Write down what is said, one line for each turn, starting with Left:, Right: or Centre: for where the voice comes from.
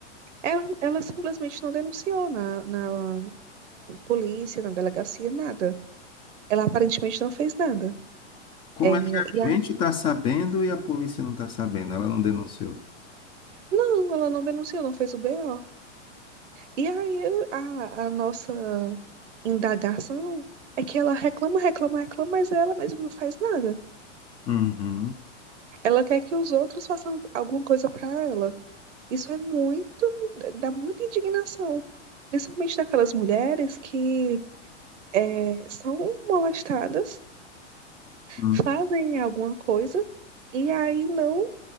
Right: Ela, ela simplesmente não denunciou na, na polícia, na delegacia, nada. Ela aparentemente não fez nada.
Left: Como
Right: É, e
Left: é que a gente
Right: a-
Left: está sabendo e a polícia não está sabendo? Ela não denunciou.
Right: não, ela não denunciou, não fez o BO. E aí eu- a, a nossa indagação é que ela reclama, reclama, reclama, mas ela mesma não faz nada.
Left: Uhum.
Right: Ela quer que os outros façam alguma coisa para ela. Isso é muito, dá muita indignação, principalmente daquelas mulheres que é, são molestadas
Left: Hum.
Right: fazem alguma coisa e aí não,